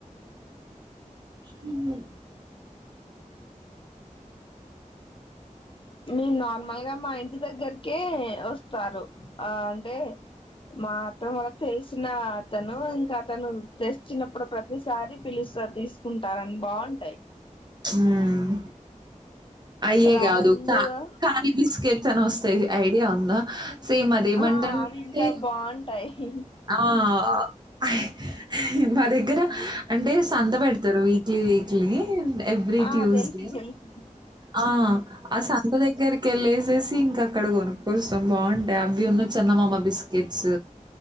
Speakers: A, on the right; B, on the left.
A: నిన్ను
B: మీం నార్మల్ గా మా ఇంటి దగ్గరకే ఓస్తారు ఆ అంటే మా అత్తమ్మ వాళ్ళకి తెలిసిన అతను ఇంకా అతను తెస్చిన్నప్పుడు ప్రతిసారి పిలుస్తాది తీసుకుంటార అని బాగుంటాయి.
A: ఉమ్ అయ్యే
B: రౌండ్గా
A: గాదు త కాలి బిస్కెట్. తనోస్తేయ్ ఐడియా ఉందా సేమ్ అది ఏమంటర్
B: ఆ
A: అండి.
B: అవి ఇంకా బాగుంటాయి
A: ఆహ్. ఆహ్ మా దగ్గర అంటే సంత పెడతారు వీక్లీ వీక్లీ. ఎవ్రీ
B: ఆ
A: ట్యూస్డే
B: తెలుసు తెలుసు
A: ఆ ఆ సంత దగ్గరకి క్కెళ్ళేసేసి ఇంకా అక్కడ గొనుక్కస్తాం బాగుంటాయి అవి ఉన్ను చందమామ బిస్కెట్స్